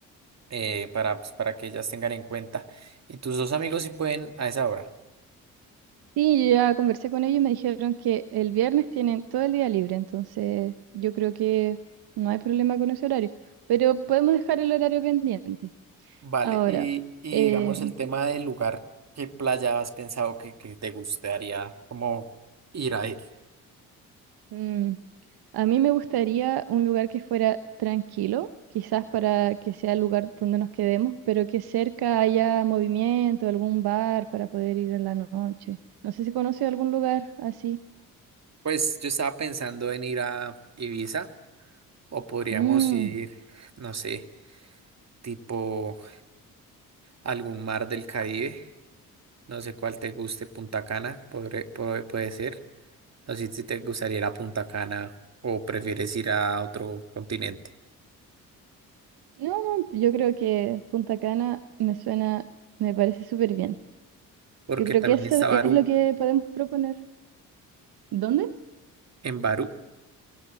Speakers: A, on the right (about 40°); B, on the right (about 65°).
A: eh, para, pues, para que ellas tengan en cuenta. Y tus dos amigos si pueden a esa hora.
B: Sí, yo ya conversé con ellos y me dijeron que el viernes tienen todo el día libre, entonces yo creo que no hay problema con ese horario, pero podemos dejar el horario pendiente.
A: Vale,
B: Ahora,
A: y, y
B: eh,
A: digamos el tema del lugar, ¿qué playa has pensado que, que te gustaría como ir a ir?
B: mm, a mí me gustaría un lugar que fuera tranquilo, quizás para que sea el lugar donde nos quedemos, pero que cerca haya movimiento, algún bar para poder ir en la noche. No sé si conoce algún lugar así.
A: Pues yo estaba pensando en ir a Ibiza o podríamos
B: Mm.
A: ir, no sé, tipo algún mar del Caribe, no sé cuál te guste, Punta Cana, podré- podré- puede ser. No sé si te gustaría ir a Punta Cana o prefieres ir a otro continente,
B: No, no, yo creo que Punta Cana me suena, me parece súper bien.
A: porque
B: Yo creo
A: también
B: que eso
A: está Barú,
B: es lo que podemos proponer. ¿Dónde?
A: en Barú,